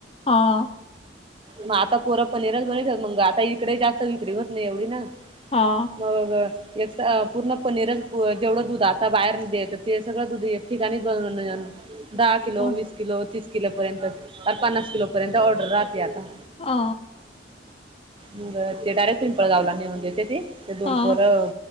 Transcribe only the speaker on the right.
मग आता पोरप पनीरच बनयच मग आता इकडे जास्त विक्री होत नाही एवढी ना
मगग एकक्स पूर्ण पनीरल जेवढं दुध आता बाहेर देत ते सगळं दुध एक ठिकाणी बन दहा किलो
वीस किलो तीस किलोपर्यंत तर पन्नास किलोपर्यंत ऑर्डर राहते आता.
बर ते डायरेक्ट पिंपळ गावला नेऊन देते ते ते दोन
पोरं